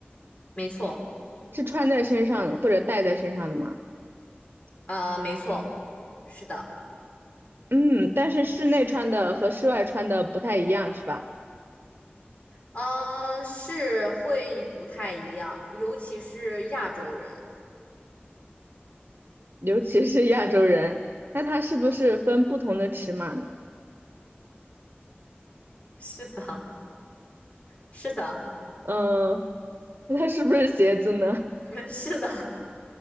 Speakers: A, on the left (about 35°); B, on the right (about 60°).
A: 没错，
B: 是穿在身上或者戴在身上的吗？
A: 呃，没错，是的，
B: 嗯，但是室内穿的和室外穿的不太一样，是吧？
A: 呃，是会不太一样，尤其是亚洲人。
B: 尤其是亚洲人，那它是不是分不同的尺码呢？
A: <laughs> 是的，是的。
B: 嗯、<laughs> 那它是不是鞋子呢？
A: <laughs> 嗯，是的，